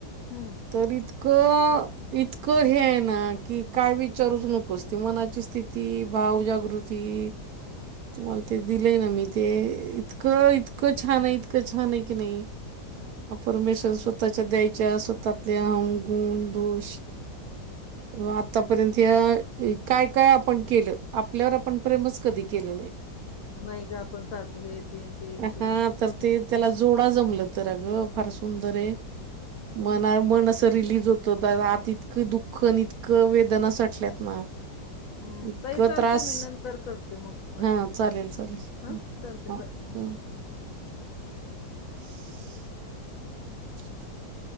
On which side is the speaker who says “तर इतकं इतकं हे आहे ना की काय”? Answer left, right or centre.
Right